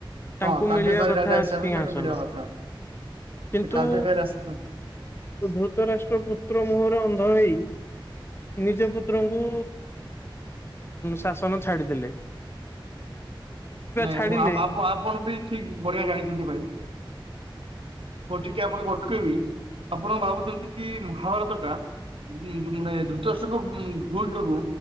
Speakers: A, on the left; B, on the right.
A: ତାଙ୍କୁ
B: ହଁ କାର୍ଯ୍ୟକାରୀ
A: ମିଳିବା କଥା
B: ରାଜା ହିସାବରେ
A: ସିଂହାସନ
B: ତାଙ୍କୁ ମିଳିବା କଥା।
A: କିନ୍ତୁ।
B: ସେ କାର୍ଯ୍ୟକାରୀ ରାଜା
A: ଧୃତରାଷ୍ଟ୍ର ପୁତ୍ର ମୁହଁରେ ଅନ୍ଧ ହେଇ। ନିଜ ପୁତ୍ରଙ୍କୁ ଶା। ଶନ ଛାଡ଼ିଦେଲେ।
B: ନାଇଁ
A: ଛାଡିଲେ
B: ମୁଁ ଆପ ଆପ ଆପଣବି ଠିକ୍ ବଢିଆ ଗାଇଛନ୍ତି ଭାଇ। ମୁଁ ଟିକେ ଆପଣ ଅଟକେଇବି ଆପଣ ଭାବୁଛନ୍ତି କି ମହାଭାରତ ଟା। ମାନେ ଧୃତରାଷ୍ଟ୍ରଙ୍କ ଭୁଲ୍ ଯୋଗୁ।